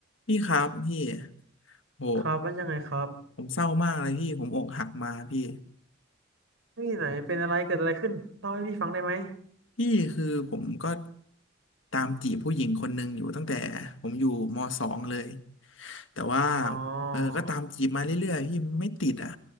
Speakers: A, on the left (about 70°); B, on the right (about 70°).
A: พี่ครับพี่โห
B: ครับว่ายังไงครับ
A: ผมเศร้ามากเลยพี่ ผมอกหักมาพี่
B: นี่ไหนเป็นอะไรเกิดอะไรขึ้นเล่าให้พี่ฟังได้ไหม
A: พี่คือผมก็ตามจีบผู้หญิงคนหนึ่งอยู่ตั้งแต่ผมอยู่มสองเลยแต่ว่า
B: อ๋อ
A: เออก็ตามจีบมาเรื่อยๆพี่ไม่ติดอ่ะ